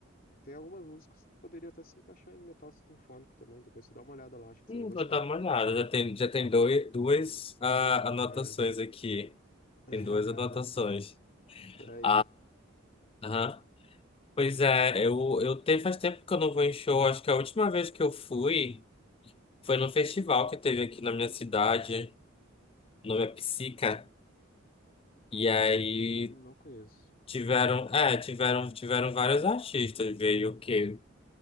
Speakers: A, on the left; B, on the left.
A: tem algumas músicas que poderia até se encaixar em metal sinfônico também. Depois você dá uma olhada lá, acho que
B: Hum,
A: você vai gostar,
B: vou dar
A: cara.
B: uma olhada. Já tem, já tem dois, duas ah, anotações
A: É.
B: aqui.
A: <laughs>
B: Tem duas anotações. <laughs>
A: Daí.
B: Aham. Pois é, eu, eu te, faz tempo que eu não vou em show. Acho que a última vez que eu fui foi no festival que teve aqui na minha cidade. O nome é Psica. E aí
A: Hum, Não conheço.
B: tiveram, é, tiveram, tiveram vários artistas. Veio o quê?